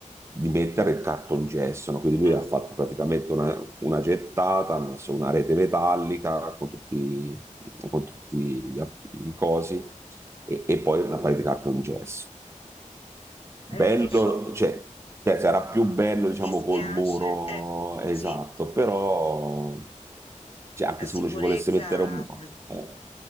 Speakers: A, on the right; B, on the left.
A: Di mettere il cartongesso, no? Quindi lui
B: eh,
A: ha fatto praticamente una, una gettata, ha messo una rete metallica con tutti, con tutti gli app- i cosi e, e poi una parete di cartongesso.
B: eh,
A: Bello,
B: lo so.
A: cioè, cioè, sarà più bello, diciamo,
B: Dispiace.
A: col muro
B: Eh,
A: esatto,
B: sì.
A: però cioè, anche
B: La
A: se
B: sicurezza
A: uno ci volesse mettere un...
B: mm,
A: eh,